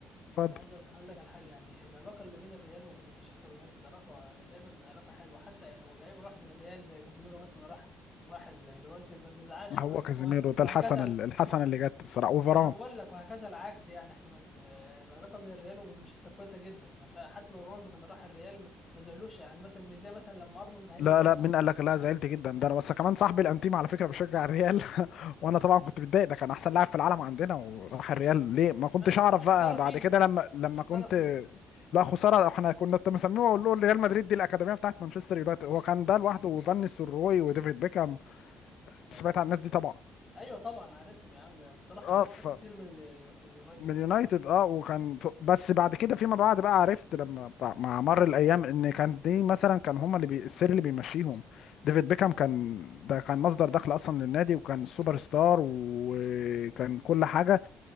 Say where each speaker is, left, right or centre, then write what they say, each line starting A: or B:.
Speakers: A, on the left (about 70°); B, on the left (about 25°).
A: اتفضل
B: انا عايز اقول لك على حاجه يعني العلاقه اللي بين الريال وبين مانشستر يونايتد علاقه دايما علاقه حلوه حتى لو اللعيب راح من الريال زي كازيميرو مثلا راح راح اليونايتد ما بنزعلش
A: هو
B: وه-
A: كازيميرو
B: وه-
A: ده
B: وهكذا
A: الحسنه الحسنه اللي جت الصراحه وفاران
B: انا بقول لك وهكذا العكس يعني احنا مب... العلاقه من الريال ومانشستر كويسه جدا ما فيها- حتى لو رونالدو كان راح الريال ما ما زعلوش يعني مثلا مش زي مثلا لما ارنولد هيجي
A: لا
B: الريال
A: لا مين
B: مثلا
A: قال لك لا زعلت جدا ده انا بس كمان صاحبي الانتيم على فكره بيشجع الريال وانا طبعا كنت متضايق ده كان احسن لاعب في العالم عندنا وراح الريال ليه ما كنتش
B: لا بس
A: اعرف
B: مش
A: بقى
B: خساره
A: بعد
B: فينا
A: كده لما لما
B: مش خساره
A: كنت
B: فينا
A: لا خساره احنا كنا مسميه اقول له ريال مدريد دي الاكاديميه بتاعت مانشستر يونايتد هو كان ده لوحده وفان نيستلروي وديفيد بيكهام
B: أيوة.
A: سمعت عن الناس دي طبعا
B: ايوه طبعا عارفهم يا عم بصراحه
A: اه
B: الريال
A: ف
B: خد كتير من ال... من اليونايتد
A: من يونايتد اه وكان بس بعد كده فيما بعد بقى عرفت لما بع- مع مر الايام ان كان دي مثلا كان هما اللي بي... السر اللي بيمشيهم ديفيد بيكهام كان ده كان مصدر دخل اصلا للنادي وكان سوبر ستار وكان
B: مم.
A: كل حاجه